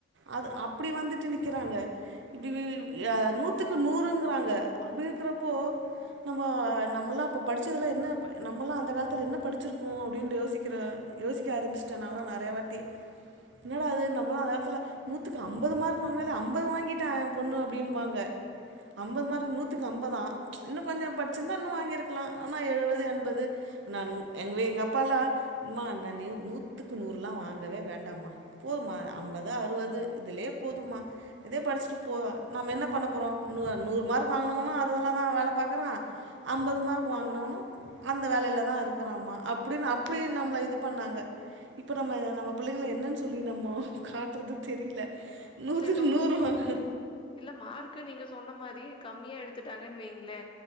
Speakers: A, on the right (about 65°); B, on the left (about 25°).
A: அது அப்படி வந்துட்டு நிக்கிறாங்க இப்டி விழு எ நூத்துக்கு நூறுங்குறங்க அப்படி இருக்கிறப்போ நம்ம நம்மலா இப்ப படிச்சதுல்லாம் என்ன அப் நம்மாம் அந்த காலத்தில் என்ன படிச்சிருக்கோம் அப்படின்னு யோசிக்கிற யோசிக்க ஆரமிச்சிட்டேனாலாம் நிறைய வாட்டி என்னடா அது நம்மனா அந்தநேரத்துல நூற்றுக்கு ஐம்பது மார்க் வாங்கினால ஐம்பது வாங்கிட்ட யேபொண்ணு அப்படிம்பாங்க ஐம்பது மார்க் நூற்றுக்கு ஐம்பத இன்னும் கொஞ்சம் படிச்சிருந்தா இன்னும் வாங்கியிருக்கலாம் ஆனால் எழுவது எண்பது நான் எங்வி எங்க அப்பால்லாம் மா நா னி நான் நூத்துக்குநூறுலாம் வாங்கவே வேண்டாம்மா போதும்மா ஐம்பது அறுவது இதலே போதும்மா இதே படிச்சுட்டு போ நாம்ம என்ன பண்ண போகிறோம் நூ நூறுமார்க் வாங்கினனும் அதல்லாம் தான் வேல பாக்குறன் ஐம்பது மார்க் வாங்கினனும் அந்த வேலையில இருக்க அப்படின்னு அப்படி நம்ம இது பண்ணாங்க இப்ப நம்ம நம்ம பிள்ளைங்கல என்னன்னு சொல்லி நம்ம காட்டுறது தெரியல நூதுக்கு
B: இல்ல இப்ப
A: நூறு
B: மா
A: வாங்கு
B: இல்ல மார்க்கு நீங்க சொன்ன மாதிரி கம்மியா எடுத்துட்டாங்கன்னு வைங்களே